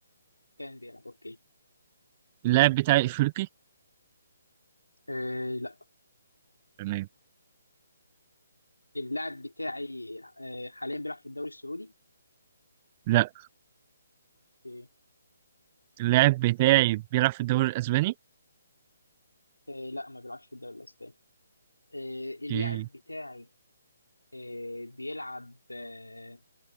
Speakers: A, on the left (about 85°); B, on the right (about 30°).
A: كان بيلعب اوكي
B: اللاعب بتاعي إفريقي
A: آه لا
B: تمام
A: اللاعب بتاعي آه حاليا بيلعب في الدوري السعودي
B: لا
A: آه
B: اللاعب بتاعي بيلعب في الدوري الأسباني
A: آه، لا ما بيلعبش في الدوري الاسباني آه اللاعب
B: اوكي
A: بتاعي آه بيلعب آه